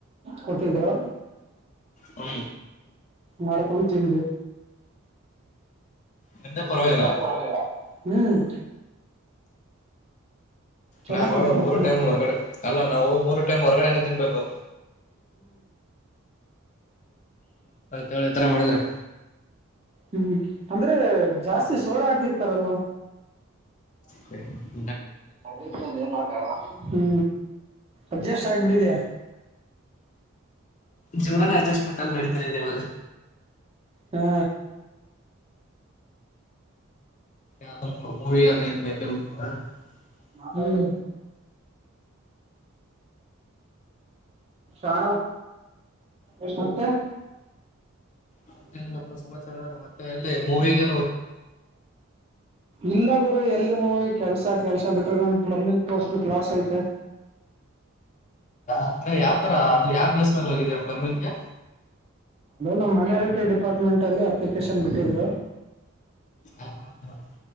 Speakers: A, on the right; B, on the left.
A: ಕೊಟ್ಟಿದ್ರು
B: ಹ್ಮ
A: ಮಾಡ್ಕೊಂಡು ತಿಂದ್ವಿ
B: ನಿಮ್ದೇ ಪರವಾಗಿಲ್ಲ
A: ಪರವಾಗಿಲ್ಲ ಹ್ಮ್ ಚೆನ್ನಾಗ್
B: ನಾವ್
A: ಕೊಡ್ತಾರೆ
B: ನೋಡು ಮೂರು
A: ಹ್ಮ್
B: ಟೈಮ್ ಹೊರ್ಗಡೆ ಅಲ್ಲ ನಾವು ಮೂರು ಟೈಮ್ ಹೊರ್ಗಡೆನೆ ತಿನ್ಬೇಕು ಹೇಳಿ ಈ ತರ ಮಾಡಿದ್ರೆ
A: ಹ್ಮ್ <unintelligible> ಅಂದ್ರೆ ಜಾಸ್ತಿ ಸೋಡಾ ಹಾಕಿರ್ತಾರಲ್ವ
B: ಹ್ಮ <unintelligible>
A: ಅದೇ ಏನ್ ಮಾಡೋಕ್ಕ ಆಗಲ್ಲ ಹ್ಞೂ ಅಡ್ಜಸ್ಟ್ ಆಗಬಿಟ್ಟಿದೆ
B: ಜೀವನಾನ ಅಡ್ಜಸ್ಟ್ಮೆಂಟ್ ಅಲ್ಲಿ ಮಾಡತದೆ ಇವಾಗ
A: ಹಾ
B: <unintelligible>
A: ಹ್ಮ್ ಹಾ ಎಷ್ಟ ಮತ್ತೆ
B: ಮತ್ತೆನಪ್ಪ ಸಮಾಚಾರ ಮತ್ತೆ ಅಲ್ಲಿ ಮೂವಿಗೆ
A: ಇಲ್ಲ ರು ಎಲ್ಲಿ ಮೂವಿ ಕೆಲ್ಸ ಕೆಲ್ಸ ಬಿಟ್ರ ನನ್ ಪ್ಲಂಬಿಂಗ್ ಕೋರ್ಸ್ ಬಿ ಕ್ಲಾಸ್ ಐತೆ
B: ಅಂದ್ರೆ
A: <unintelligible>
B: ಯಾವ್ ತರ ಅದು ಯಾವ ಪ್ಲೇಸ್ ಮೇಲೆ ಹೋಗಿದೀಯ ಪ್ಲಂಬಿಂಗ್ಗೆ
A: ನಮ್ಮ್ ಮೈನಾರಿಟಿ ಡಿಪಾರ್ಟ್ಮೆಂಟ್ ಅಲ್ಲಿ ಅಪ್ಲಿಕೇಶನ್ ಬಿಟ್ಟಿದ್ರು
B: ಹ ಹ